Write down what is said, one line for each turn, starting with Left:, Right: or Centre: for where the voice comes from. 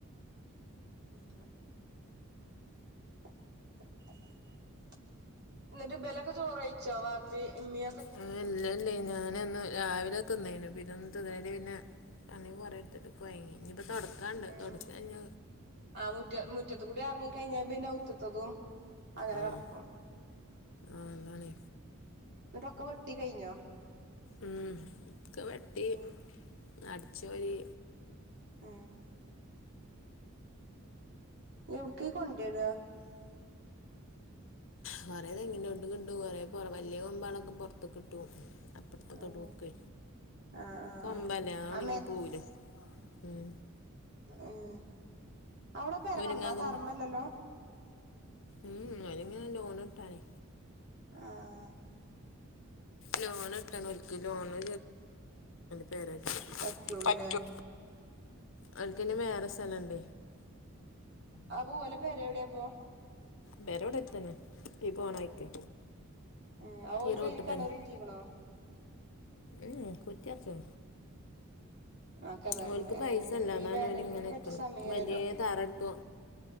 Right: ങ്ങനാണ് <inaudible> എന്നിട്ട് ബലൊക്കെ ചോറ്ഴിച്ചോ വാപ്പിം ഇമ്മി
Left: ആ ഇല്ല ഇല്ലേ ഞാനെന്നും രാവിലെ തിന്നേനു പിന്നന്ത് തുകഴിഞ്ഞ് പിന്നെ പണികൊറെ എടുത്തിട്ട് കുയങ്ങി ഇനി ഇപ്പ തുടക്കാണ്ട്
Right: ഉം
Left: തുടക്ക ഴിഞ്ഞ
Right: ആ മുറ്റ മുറ്റത്ത്കൂടി ഇറങ്ങി കഴിഞ്ഞാൽ പിന്നെഔത്തത്തതും അങ്ങനെ
Left: ആഹ്
Right: കിടക്കും
Left: ആഹ് അതാണ്
Right: എന്നിട്ടൊക്കെ വെട്ടി കഴിഞ്ഞോ
Left: ഉം ഇക്കെ വെട്ടി
Right: ഉം
Left: അടിച്ച് വാരി
Right: അ ന എവിടക്ക കൊണ്ടയിട
Left: കുറെേതെങ്ങനോട്ട് കിട്ട കൊറെ വലിയ കൊമ്പളൊക്കെ പുറത്തൊക്കെ കിട്ടും അപ്പടത്തെ
Right: ഉം
Left: തൊടുക്ക
Right: ആ ആ
Left: കൊമ്പല്ല
Right: ആ
Left: ആണ
Right: ആ
Left: ഇങ്കി പൂര ഉം
Right: ആഹ അവിടെ പേര
Left: മുരിങ്ങാക്കൊമ്പ്
Right: വന്നാ തറമല്ലല്ലോ
Left: ഉം മുരിങ്ങ ലോൺ ഇട്ടാണേ
Right: ആഹ
Left: ലോൺ ഇട്ടാണ് എക്ക് ലോണ് ചെരി
Right: പറ്റുള്ളൂല്ലേ
Left: പറ്റു അവൾക്ക്ന്നെ വേറെ സ്ഥലണ്ട
Right: ആ പോൂല പേരെ എവിടെയാപ്പ
Left: ബേരോഓടെ ഇത്തന ഈ പോണക്കെ
Right: ഉം ഉം ആ ഓൽക്ക്
Left: ഈറോട്ടിൽ
Right: അയില് കിണറ്
Left: തന്നെ
Right: കുത്തിക്കണോ
Left: ഉം കൊത്തിയാത്ത
Right: ആ കിണറിന്
Left: അവർക്ക്
Right: ഏ
Left: പൈസ അല്ലതാന
Right: ഈ വേനൽക്കൊക്കെ
Left: അവന ഇങ്ങനെ
Right: പറ്റിയ
Left: വക്കണം
Right: സമയാണല്ലോ
Left: വലിയ താറ ഇട്ടു